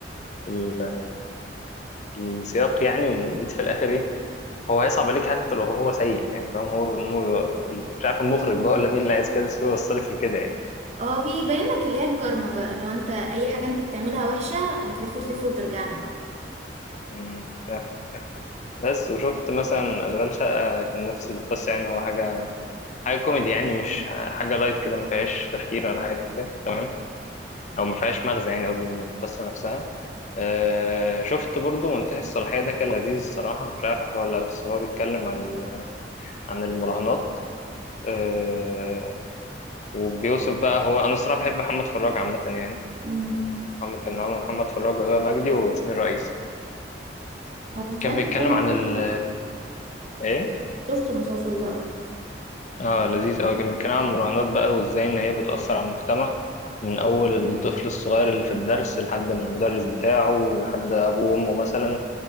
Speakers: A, on the left; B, on the right.
A: ال... السياق يعني إن انت في الاخر ايه هو هيصعب عليك حتى لو هو سيء يعني فاهم هو هو- مش عارف المخرج بقى ولا مين اللي عايز كده بس هو يوصلك لكده يعني
B: اه بيبين لك اللي هي الكارما بقى لو انت اي حاجه انت بتعملها وحشه هتلف تلف وترجع لك
A: أمم، فاهم بس وشفت مثلا اشغال شقه كان نفس القصه يعني هو حاجه حاجه كوميدي يعني مش حاجه لايت كده ما فيهاش تفكير ولا حاجه تمام او ما فيهاش مغزى يعني قصدي من القصه نفسها أه شفت برضو منتهي الصلاحيه ده كان لذيذ الصراحه مش عارف هو ولا بس هو بيتكلم عن ال... عن المراهنات آه، وبيوصف بقى هو انا الصراحه بحب محمد فراج عامه يعني
B: مم.
A: عم كان عامل محمد فراج وهبه مجدي وياسمين رئيس
B: هو المسلسل
A: كان بيتكلم
B: ده انا
A: عن
B: شفته
A: ال ايه
B: شفت المسلسل ده اه
A: اه لذيذ قوي كان بيتكلم عن المراهنات بقى وازاي ان هي بتاثر على المجتمع من اول الطفل الصغير اللي في الدرس لحد المدرس بتاعه لحد ابوه وامه مثلا